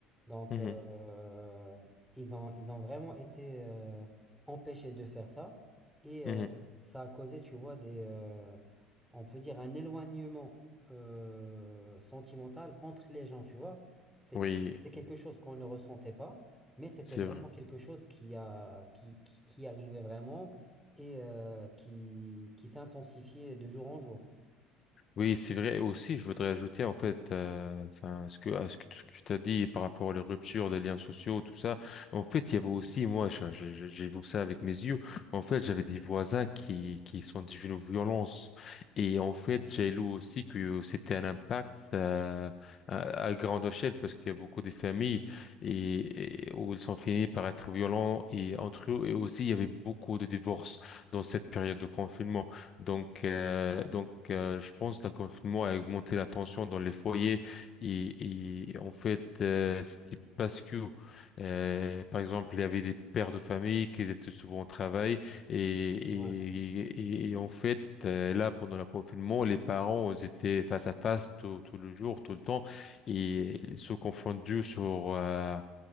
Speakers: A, in the centre; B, on the left (about 45°).
A: Donc,
B: Mhm,
A: euh, ils ont, ils ont vraiment été euh, empêchés de faire ça. Et euh,
B: mhm.
A: ça a causé, tu vois, des, euh, on peut dire un éloignement euh, sentimental entre les gens, tu vois. C'est
B: Oui,
A: c'est quelque chose qu'on ne ressentait pas. Mais c'était
B: c'est
A: vraiment
B: vrai.
A: quelque chose qui a, qui, qui, qui arrivait vraiment et euh, qui, qui s'intensifiait de jour en jour.
B: Oui, c'est vrai. Et Aussi, je voudrais ajouter, en fait, euh, enfin, ce que, à ce que, tout ce que tu as dit par rapport aux ruptures des liens sociaux, tout ça. En fait, il y avait aussi, moi, je- je- je- j'ai vu ça avec mes yeux. En fait, j'avais des voisins qui, qui sont devenus violents. Et en fait, j'ai lu aussi que c'était un impact, euh, à, à grande échelle parce qu'il y a beaucoup de familles et, et où ils sont finis par être violents et entre eux. Et aussi, il y avait beaucoup de divorces dans cette période de confinement. Donc, euh, donc euh, je pense que le confinement a augmenté la tension dans les foyers et, et en fait, euh, c'était parce que, euh, par exemple, il y avait des pères de famille qui étaient souvent au travail et, et,
A: Ouais,
B: et, et en fait, euh, là, pendant le confinement, les parents ils étaient face à face tout, tout le jour, tout le temps et ils se confondaient sur... euh,